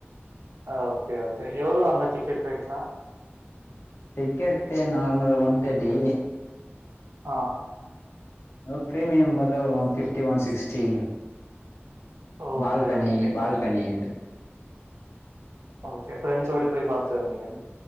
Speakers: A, on the right; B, on the left.
A: ஆ ஓகே ஓகே எவ்ள அங்க டிக்கெட் ரேட்லா
B: டிக்கெட் நார்மல் ஒன்தேர்ட்டி
A: ஆ
B: ஓகே ன் பாத்தா ஒரு one fifty one sixty
A: okay
B: balcony
A: okay
B: balcony இது
A: ஓகே ஃப்ரண்ட்ஸோட போய் பாத்துட்டு வந்டீங்க